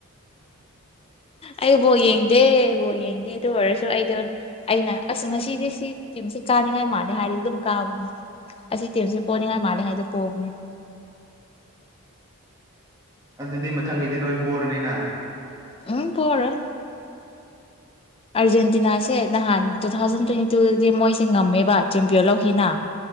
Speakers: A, on the right (about 15°); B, on the left (about 25°).
A: <inaudible>
B: ꯑꯩ ꯕꯣꯜ ꯌꯦꯡꯗꯦ ꯕꯣꯜ ꯌꯦꯡꯗꯦ ꯑꯗꯨ ꯑꯣꯏꯔꯁꯨ ꯑꯩꯗ ꯑꯩꯅ ꯑꯁ ꯉꯁꯤꯗꯤ ꯁꯤ ꯇꯤꯝꯁꯦ ꯀꯥꯅꯤꯡꯉꯥꯏ ꯃꯥꯜꯂꯦ ꯍꯥꯏꯗꯤ ꯑꯗꯨꯝ ꯀꯥꯕꯅꯦ ꯑꯁꯤ ꯇꯤꯝꯁꯦ ꯄꯣꯅꯤꯉꯥꯏ ꯃꯥꯂꯦ ꯍꯥꯏꯗꯤ ꯄꯣꯕꯅꯦ
A: ꯑꯗꯨꯗꯤ ꯃꯊꯪꯒꯤꯗꯤ ꯅꯣꯏ ꯄꯔꯅꯤꯅ
B: ꯎꯝ ꯄꯣꯔꯣꯏ ꯑꯥꯔꯖꯦꯟꯇꯤꯅꯥꯁꯦ ꯅꯍꯥꯟ ꯇꯨ ꯊꯥꯎꯖꯟ ꯇ꯭ꯋꯦꯟꯇꯤ ꯇꯨꯗꯗꯤ ꯃꯣꯏꯁꯦ ꯉꯝꯃꯦꯕ ꯆꯦꯝꯄꯤꯌꯟ ꯂꯧꯈꯤꯅ